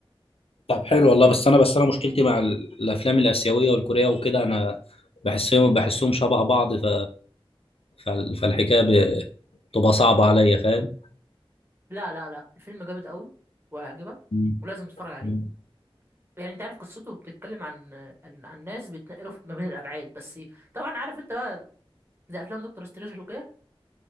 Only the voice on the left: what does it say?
طب حلو والله بس انا بس انا مشكلتي مع ال- الافلام الاسيويه والكوريه وكده انا بحسهم بحسهم شبه بعض ف... فال- فالحكايه بتبقى صعبه عليا فاهم
مم.
مم.